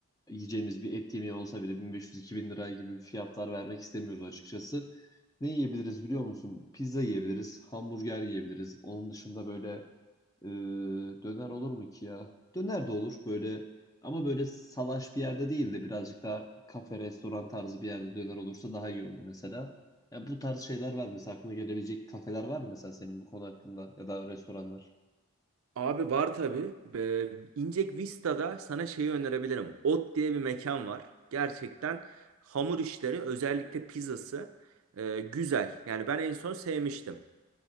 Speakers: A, on the left; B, on the right.
A: yiyeceğimiz bir et yemeği olsa bile 1500-2000 lira gibi fiyatlar vermek istemiyoruz açıkçası. Ne yiyebiliriz biliyor musun? Pizza yiyebiliriz, hamburger yiyebiliriz. Onun dışında böyle e, döner olur mu ki ya? Döner de olur böyle ama böyle salaş bir yerde değil de birazcık daha kafe, restoran tarzı bir yerde döner olursa daha iyi olur mesela. Ya bu tarz şeyler var mesela aklına gelebilecek kafeler var mı mesela senin bu konu hakkında ya da restoranlar?
B: Abi var tabii. Be- İncek Vista'da sana şeyi önerebilirim. Ot diye bir mekan var. Gerçekten hamur işleri özellikle pizzası e, güzel. Yani ben en son sevmiştim.